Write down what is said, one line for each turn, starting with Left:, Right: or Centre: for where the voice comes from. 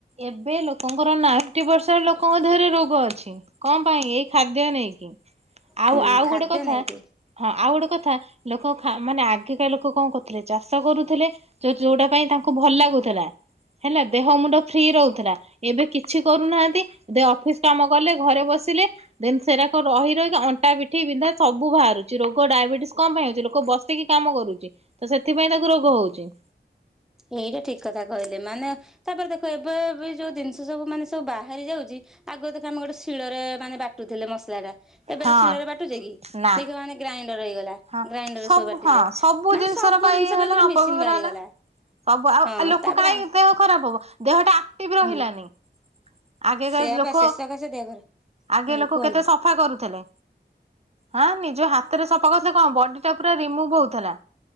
Right: ଏବେ ଲୋକଙ୍କର ନାଇଣ୍ଟି ପର୍ସେଣ୍ଟ ଲୋକଙ୍କ ଦେହରେ ରୋଗ ଅଛି। କଣ ପାଇଁ ଏଇ ଖାଦ୍ୟ ନେଇକି ଆଉ
Centre: ହୁଁ
Right: ଆଉ
Centre: ଖାଦ୍ୟ
Right: ଗୋଟେ କଥା
Centre: ନେଇକି
Right: ହଁ ଆଉ ଗୋଟେ କଥା ଲୋକ ଖା ମାନେ ଆଗେକା ଲୋକ କଣ କରୁଥିଲେ ଚାଷ କରୁଥୁଲେ ଯୋଉ ଯୋଉଟା ପାଇଁ ତାଙ୍କୁ ଭଲ ଲାଗୁଥିଲା ହେଲା ଦେହ ମୁଣ୍ଡ ଫ୍ରି ରହୁଥିଲା ଏବେ କିଛି କରୁନାହାନ୍ତି ଦେ ଅଫିସ କାମ କଲେ ଘରେ ବସିଲେ ଦେନ ସେରାକ ରହି ରହିକା ଅଣ୍ଟାି ପିଠି ବିନ୍ଧା ସବୁ ବାହାରୁଚି ରୋଗ ଡାଇବେଟିସ୍ କଣ ପାଇଁ ହୋଉଚି ଲୋକ ବସ୍ ସିକି କାମ କରୁଚି ତ ସେଥିପାଇଁ ତାକୁ ରୋଗ ହୋଉଚି।
Centre: ଏଇଟା ଠିକ କଥା କହିଲେ ମାନେ ତାପରେ ଦେଖ ଏବେ ବି ଯୋଉ ଜିନଷ ସବୁ ମାନେ ସବୁ ବାହାରି ଯାଉଚି ଆଗ ଦେଖ ଆମେ ଗୋଟେ ଶିଳରେ ମାନେ ବା ଟୁଥୁଲେ ମସଲାଟା ଏବେ
Right: ହଁ
Centre: ଆଉ ଶିଳରେ ବାଟୁଚେ କି
Right: ନା
Centre: ଦେଖିବ ମାନେ ଗ୍ରାଇଣ୍ଡର ହେଇଗଲା
Right: ହଁ
Centre: ଗ୍ରାଇଣ୍ଡରରେ ସବୁ ବାଟିଲେ
Right: ହଁ ସବୁ
Centre: ମାନେ
Right: ଜିନିଷର
Centre: ସବୁ ଜିନଷ
Right: ହେଲା
Centre: ପାଇଁ ଗୁରେ
Right: ଅପବ୍ୟବହାର
Centre: ମେସିନ ବାହାରିଗଲା।
Right: ହେଲା। ସବୁ ଆଉ
Centre: ହଁ
Right: ଆଉ ଲୋକ
Centre: ତାପରେ
Right: କାହିଁ ଦେହ ଖରାପ ହବ ଦେହଟା ଆକ୍ଟିଭ ରହିଲାନି।
Centre: ହୁଁ
Right: ଆଗେକା
Centre: ସେଆ
Right: ଲୋକ
Centre: ବା ଶେଷ କଥା ଦେହ ଖରାପ
Right: ଆଗେ
Centre: ହୁଁ
Right: ଲୋକ
Centre: କୁହନ୍ତୁ
Right: କେତେ ସଫା କରୁଥିଲେ ହଁ ନିଜ ହାତରେ ସଫା କରୁଥିଲେ କଣ ବଡିଟା ପୁରା ରିମୁଭ୍ ହୋଉଥଲା।